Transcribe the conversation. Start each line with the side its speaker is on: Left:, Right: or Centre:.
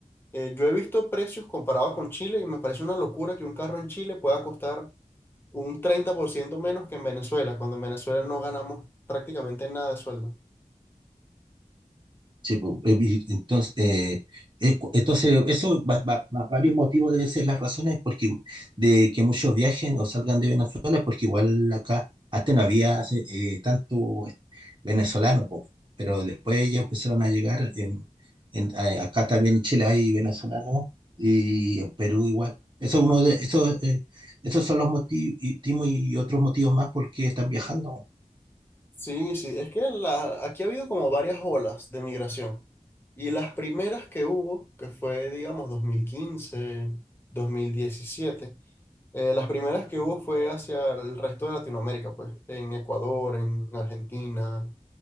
Left: Eh, yo he visto precios comparados con Chile y me parece una locura que un carro en Chile pueda costar un 30% menos que en Venezuela, cuando en Venezuela no ganamos prácticamente nada de sueldo.
Right: Sí, po, eh, vi- entonces, eh, eh, cu- entonces eso, va- va- va- varios motivos deben ser las razones porque, de que muchos viajen o salgan de Venezuela, porque igual acá antes no había hace, eh, tanto venezolano, po, pero después ya empezaron a llegar, en- en- a- acá también en Chile hay venezolanos y en Perú igual. Eso es uno de, eso, eh, esos son los motivos y y otros motivos más porque están viajando.
Left: Sí, sí, es que la, aquí ha habido como varias olas de migración y las primeras que hubo, que fue digamos 2015, 2017, eh, las primeras que hubo fue hacia el resto de Latinoamérica, pues en Ecuador, en Argentina,